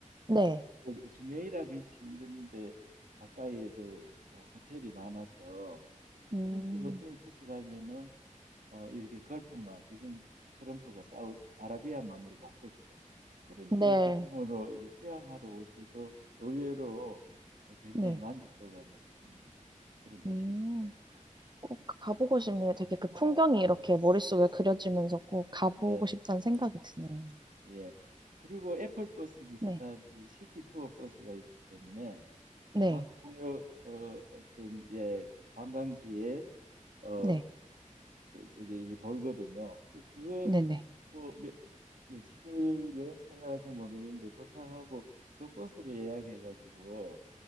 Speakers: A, on the right; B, on the right.
A: 네,
B: 그 주메이라 비치 이런 데 가까이에도 어, 호텔이 많아서
A: 음,
B: 그런데 호텔 투숙 가면은 어, 이렇게 걸프만, 요즘 트럼프가 사우, 아라비아만으로 바꿨죠. 그런데
A: 네,
B: 배경으로 이렇게 휴양하러 오셔도 의외로 어, 굉장히
A: 네,
B: 만족도가 높은 그런 도시입니다.
A: 음, 꼭 가보고 싶네요. 되게 그 풍경이 이렇게 머릿속에 그려지면서 꼭 가보고
B: 네.
A: 싶다는 생각이 드네요.
B: 예. 그리고 애플 버스 비슷한
A: 네,
B: 이 시티 투어 버스가 있기 때문에
A: 네,
B: 각 주요 어, 어떤 예 관광지에 어그
A: 네,
B: 저기 이게 돌거든요. 그- 그거
A: 네, 네,
B: 뭐 며, 며칠을 여행 생각하시면 모르겠는데 도착하고 그 버스를 예약해가지고